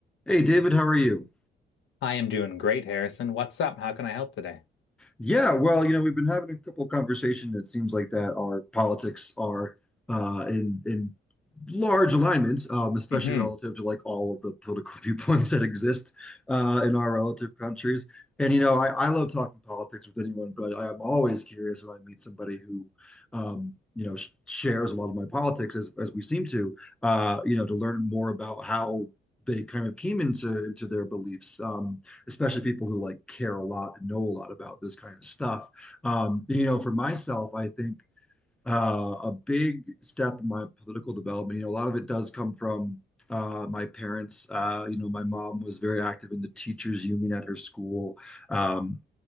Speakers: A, in the centre; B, on the left.
A: Hey David, how are you?
B: I am doing great, Harrison. What's up? How can I help today?
A: Yeah, well, you know, we've been having a couple of conversations that seems like that our politics are uh, in in large alignments, um, especially
B: hmm
A: relative to like all of the political <laughs> viewpoints that exist uh, in our relative countries. And you know, I, I love talking politics with anyone, but I am always curious when I meet somebody who, um, you know, sh shares a lot of my politics as as we seem to, uh, you know, to learn more about how they kind of came into into their beliefs. Um, especially people who like care a lot and know a lot about this kind of stuff. Um, you know, for myself, I think uh, a big step in my political development, you know, a lot of it does come from uh, my parents. Uh, you know, my mom was very active in the teachers union at her school. Um,